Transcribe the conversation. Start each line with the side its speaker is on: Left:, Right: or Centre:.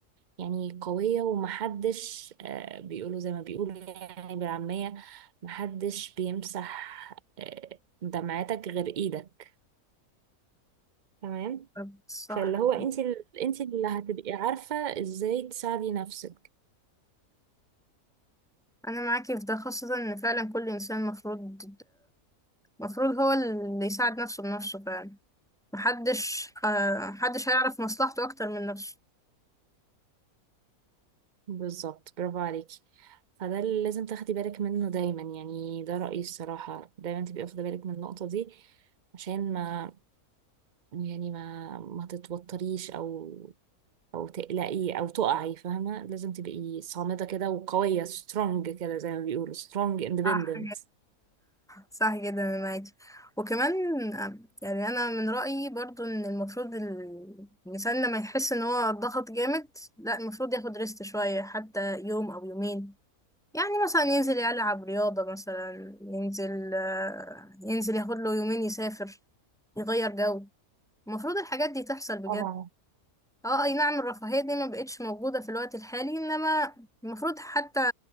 Right: يعني قوية ومحدش آه، بيقولوا زي ما بيقولوا يعني بالعامية محدش بيمسح آه، دمعتك غير إيدك تمام
Centre: طب صح
Right: فاللي هو أنت ال- أنت اللي هتبقي عارفة إزاي تساعدي نفسك
Centre: انا معاكي في ده خاصة ان فعلا كل انسان مفروض مفروض هو اللي يساعد نفسه بنفسه فعلا محدش آه، محدش هيعرف مصلحته اكتر من نفسه
Right: بالظبط برافو عليكي فده اللي لازم تاخدي بالك منه دايما يعني ده رأيي الصراحة دايما تبقي واخدة بالك من النقطة دي عشان ما يعني ما ما تتوتريش او او تقلقي او تقعي فاهمه لازم تبقي صامده كده وقويه سترونج كده زي ما بيقولوا سترونج اندبندنت
Centre: صح صح جدا انا معاكي وكمان يعني انا من رأيي برضو ان المفروض ال- الانسان لما يحس ان هو ضغط جامد لا المفروض ياخد ريست شوية حتى يوم او يومين يعني مثلا ينزل يلعب رياضة مثلا ينزل آه، ينزل ياخد له يومين يسافر يغير جو المفروض الحاجات دي تحصل بجد
Right: طبعا
Centre: اه اي نعم الرفاهية دي ما بقتش موجودة في الوقت الحالي انما المفروض حتى